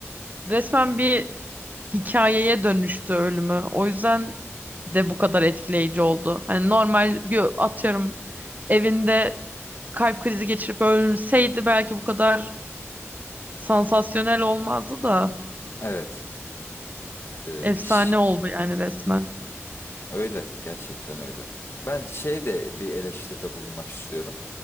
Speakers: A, on the right; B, on the left.
A: resmen bir hikayeye dönüştü ölümü. O yüzden de bu kadar etkileyici oldu. Hani normal bir atıyorum evinde kalp krizi geçirip ölseydi belki bu kadar sansasyonel olmazdı da.
B: evet e,
A: Efsane
B: şş,
A: oldu yani resmen.
B: öyle gerçekten öyle. Ben şey de bir eleştiride bulunmak istiyorum.